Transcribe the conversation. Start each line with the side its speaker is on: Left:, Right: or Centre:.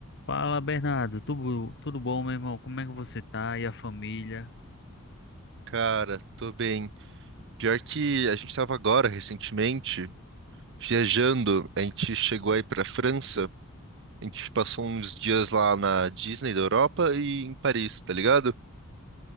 Left: Fala, Bernardo. Tudo, tudo bom, meu irmão? Como é que você tá? E a família?
Right: Cara, tô bem. Pior que a gente tava agora, recentemente, viajando. A gente chegou aí pra França. A gente passou uns dias lá na Disney da Europa e em Paris, tá ligado?